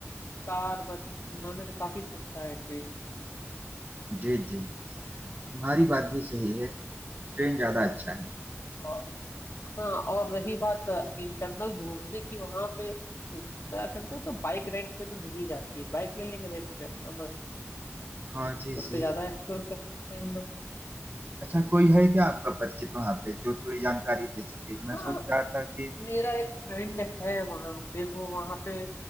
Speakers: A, on the left; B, on the right.
A: कार बस की तुलना में काफी सस्ता है ट्रेन
B: जी जी तुम्हारी बात भी सही है ट्रेन ज्यादा अच्छा है
A: और हाँ और रही बात इंटरनल घूमने की वहां पे उत्तराखंड तो, तो बाइक रेंट पे तो मिल ही जाती है बाइक ले लेंगे रेंट पे अपना बस
B: हाँ जी सही
A: उससे ज्यादा एक्सप्लोर कर सकते हैं हम लोग
B: अच्छा कोई है क्या आपका परिचित वहां पे जो थोड़ी जानकारी दे सके मैं
A: हाँ,
B: सोच रहा था कि
A: मेरा एक फ्रेंड है वहां पे वो वहां पे